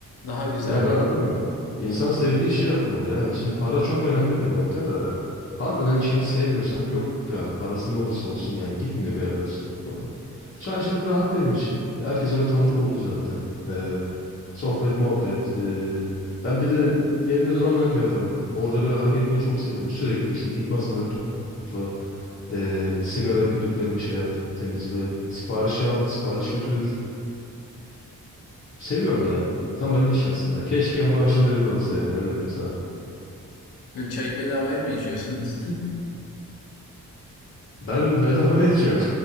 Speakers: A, on the left; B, on the left.
A: daha güzel
B: Ya ben anlıyorum. İnsan sevdiği işi yapmalı ya. Hani şimdi para çok önemli bir nokta da. Harbiden işini sevmiyorsan yok be abi. Parası ne olursa olsun yani gitmiyor bir yerden sonra. Çaycılık rahat benim için. Herkes orada tanıdık oldu zaten. Ee, sohbet, muhabbet. ee, ben bir de yerinde duramayan bir adamım. Orada böyle hareket etmeyi çok seviyorum. Sürekli işte git masaları to- topla. Ee, sigara külüklerini şey yap, temizle. Sipariş al, sipariş götür. Seviyorum ya. Tam benlik iş aslında. Keşke maaşı da öyle olsa yani öyle diyeyim sana.
A: bir çayı bedavaya mı içiyorsunuz? <laughs>
B: Ben bedava içiyorum.